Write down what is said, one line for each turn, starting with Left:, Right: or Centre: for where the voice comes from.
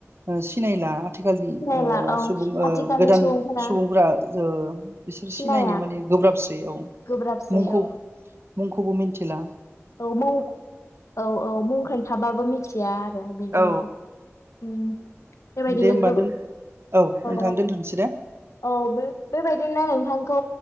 Right: ओ सिनायला आथिखालनि
Left: सिनायला
Right: ओ
Left: औ
Right: सुबुं ओ
Left: आथिखालनि
Right: गोदान
Left: सुबुंफोरा
Right: सुबुंफ्रा ओ बिसोर
Left: सिनाया
Right: सिनायनो माने गोब्राबसै औ
Left: गोब्राबसै
Right: मुंखौ
Left: औ
Right: मुंखौबो मिनथिला
Left: औ मुं औ औ मुं खोन्थाबाबो मिथि या उम बिदिनो
Right: औ
Left: खि उम बेबायदिनो
Right: दे होमबा
Left: गोव
Right: दोन नोंथां
Left: औ
Right: दोनथ'नोसै दे
Left: औ औ बेबायदिनो गौ